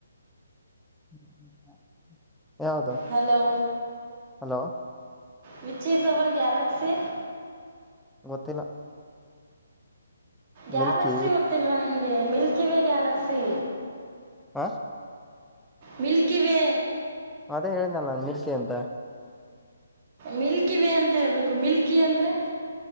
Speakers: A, in the centre; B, on the right.
A: <unintelligible> ಯಾವ್ದು
B: hello
A: hello
B: which is our galaxy.
A: ಗೊತ್ತಿಲ್ಲ
B: ಗ್ಯಾಲಕ್ಸಿ
A: ಮಿಲ್ಕಿ
B: ಗೊತ್ತಿಲ್ವಾ ನಿಮ್ಗೆ ಮಿಲ್ಕಿ ವೇ ಗ್ಯಾಲಕ್ಸಿ.
A: ಹಾಂ
B: ಮಿಲ್ಕಿ ವೇ.
A: ಅದೇ ಹೇಳಿದ್ನಲ್ಲ ನಾನ್ ಮಿಲ್ಕಿ ಅಂತ.
B: ಮಿಲ್ಕಿವೇ ಅಂತ ಹೇಳ್ಬೇಕು ಮಿಲ್ಕಿ ಅಂದ್ರೆ.